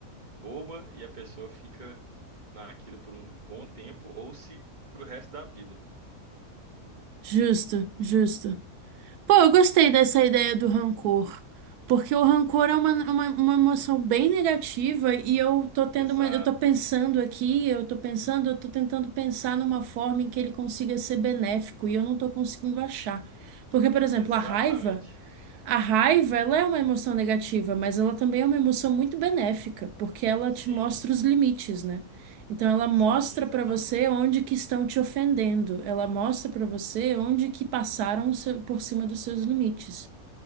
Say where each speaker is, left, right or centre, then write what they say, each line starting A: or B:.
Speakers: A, on the right; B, on the right.
A: boba e a pessoa fica naquilo por um bom tempo ou se pro resto da vida.
B: Justo, justo. Pô, eu gostei dessa ideia do rancor. Porque o rancor é uma, uma, uma emoção bem negativa e eu tô tendo
A: Exato.
B: uma, eu tô pensando aqui, eu tô pensando, eu tô tentando pensar numa forma em que ele consiga ser benéfico e eu não tô conseguindo achar. Porque, por exemplo,
A: Exatamente.
B: a raiva. A raiva, ela é uma emoção negativa, mas ela também é uma emoção muito benéfica, porque ela
A: Sim,
B: te mostra os limites, né? Então ela mostra
A: sim, exatamente.
B: pra você onde que estão te ofendendo, ela mostra pra você onde que passaram o seu- por cima dos seus limites.